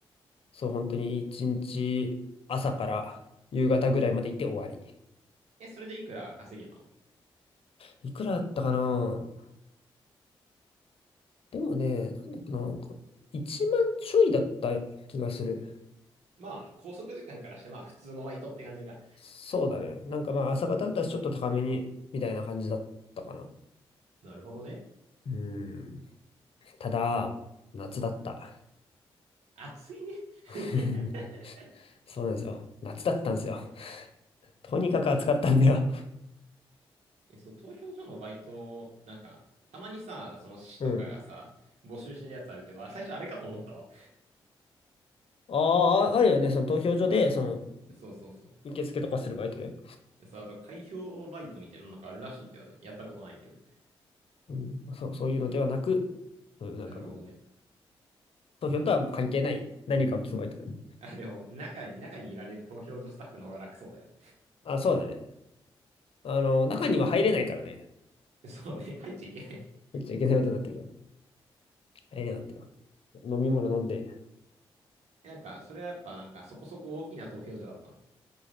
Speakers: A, on the left; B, on the right.
A: そう本当に一日朝から夕方ぐらいまで行って終わり。
B: え、それでいくら稼げたの
A: いくらだったかなでもね、なんだっけな、なんか、1万ちょいだった気がする。
B: まあ、拘束時間からして、まあ、普通のバイトって感じか。
A: そうだね。なんかまあ、朝方だったらちょっと高めに、みたいな感じだったかな。
B: なるほどね。
A: うん。ただ、夏だった。
B: 熱いね。
A: <laughs>
B: <laughs>
A: そうなんですよ。夏だったんですよ。とにかく暑かったんだよ。
B: え、そう、投票所のバイト、なんか、たまにさ、その市とかがさ、
A: うん。
B: 募集してるやつあるけど、あ、最初あれかと思ったわ。
A: ああ、あるよね。その投票所で、その、
B: そうそうそう。
A: 受付とかするバイトね。
B: でそう、あと、開票バイトみたいなのなんかあるらしいけどね。やったことないけど。
A: うん。そう、そういうのではなく、そういうなんかもう、
B: なるほどね。
A: 投票とはもう関係ない何かを聞くバイトだね。
B: あ、でも、中に、中にいられる投票所スタッフの方が楽そうだよね。
A: あ、そうだね。あの、中には入れないからね。
B: <laughs> そうね、入っちゃいけない。
A: 入っちゃいけないことになってるから。あれだよってよ。飲み物飲んで。
B: なんか、それはやっぱなんかそこそこ大きな投票所だったの。